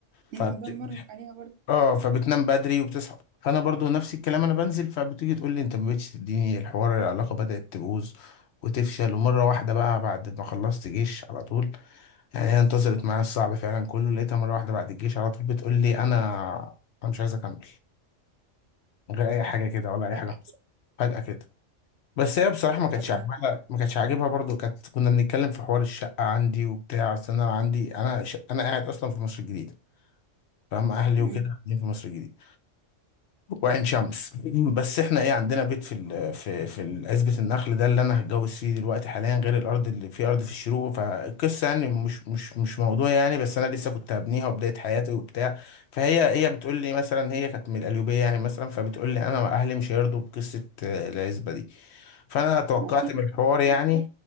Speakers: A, on the left; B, on the right.
A: فبت...
B: الموضوع مرهق عليها برضه
A: اه فبتنام بدري وبتصحى فانا برضو نفس الكلام انا بنزل فبتيجي تقول لي انت ما بقتش تديني الحوار العلاقه بدات تبوظ وتفشل ومره واحده بقى بعد ما خلصت جيش على طول يعني هي انتصرت معايا الصعب فعلا كله لقيتها مره واحده بعد الجيش على طول بتقول لي انا انا مش عايز اكمل من غير اي حاجه كده ولا اي
B: فجأة
A: حاجه حصلت
B: كده
A: فجاه كده بس هي بصراحة ما كانتش
B: طب ما
A: عاجبها ما كانتش عاجبها برضو كانت كنا بنتكلم في حوار الشقة عندي وبتاع أصل أنا عندي أنا ش... أنا قاعد أصلا في مصر الجديدة فاهم أهلي
B: مم.
A: وكده قاعدين في مصر الجديدة وعين شمس بس احنا ايه عندنا بيت في ال في في عزبة النخل ده اللي انا هتجوز فيه دلوقتي حاليا غير الارض اللي في ارض في الشروق فالقصه يعني مش مش مش موضوع يعني بس انا لسه كنت هبنيها وبدايه حياتي وبتاع فهي هي بتقول لي مثلا هي كانت من القليوبيه يعني مثلا فبتقول لي انا اهلي مش هيرضوا بقصه آه، العزبه دي فانا توقعت
B: ما أكيد
A: من الحوار يعني